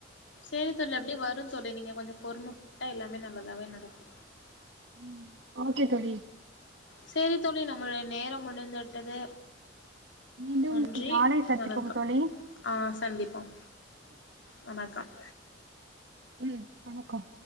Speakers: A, on the left; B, on the right.
A: சேரி தோழி அப்டியே வரும் தோழி நீங்க கொஞ்சம் பொறும <unintelligible> எல்லாமே நல்லதாவே நடக்கு
B: ம் ஓகே தோழி
A: சேரி தோழி நம்மளுடைய நேரம் முடிந்து விட்டது
B: மீண்டும்
A: நன்றி
B: நாளை சந்திப்போம்
A: வணக்கம்
B: தோழி
A: ஆ சந்திப்போம் வணக்கம்
B: ம் வணக்கம்